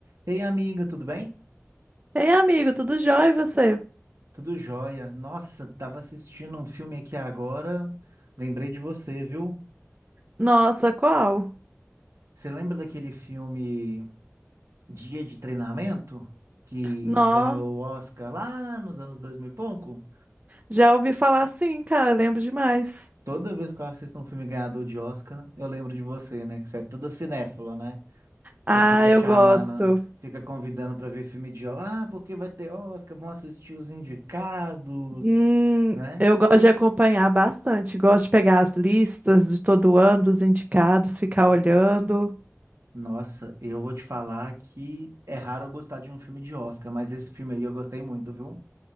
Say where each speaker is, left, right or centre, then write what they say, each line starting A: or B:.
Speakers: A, on the right (about 75°); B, on the right (about 30°).
A: Ei, amiga, tudo bem?
B: Ei, amigo, tudo jóia e você?
A: Tudo jóia. Nossa, tava assistindo um filme aqui agora. Lembrei de você, viu?
B: Nossa, qual?
A: Você lembra daquele filme Dia de Treinamento? Que
B: Nó,
A: ganhou o Oscar lá nos anos 2000 e pouco?
B: já ouvi falar sim, cara, lembro demais.
A: Toda vez que eu assisto um filme ganhador de Oscar, eu lembro de você, né? Que você é toda cinéfila, né? Você
B: Ah,
A: fica chamando,
B: eu gosto.
A: fica convidando para ver filme de Oscar. Ah, porque vai ter Oscar, vão assistir os indicados,
B: Hum,
A: né?
B: eu gosto de acompanhar bastante, gosto de pegar as listas de todo ano, dos indicados, ficar olhando.
A: Nossa, eu vou te falar que é raro eu gostar de um filme de Oscar, mas esse filme aí eu gostei muito, viu?